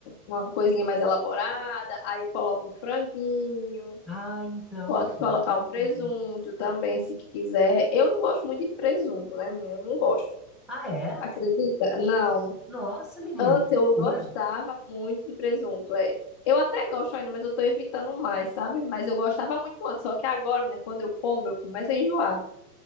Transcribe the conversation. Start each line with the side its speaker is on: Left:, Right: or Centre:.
Left: uma coisinha mais elaborada, aí eu coloco um franguinho,
Centre: ah, então.
Left: pode colocar o presunto
Centre: é.
Left: também, se quiser. Eu não gosto muito de presunto, né, minha? Eu não gosto.
Centre: Ah, é?
Left: Acredita? Não.
Centre: Nossa, menino,
Left: Antes
Centre: loucura.
Left: eu gostava muito de presunto, é. Eu até gosto ainda, mas eu tô evitando mais, sabe? Mas eu gostava muito antes, só que agora, menina, quando eu como, eu começo a enjoar.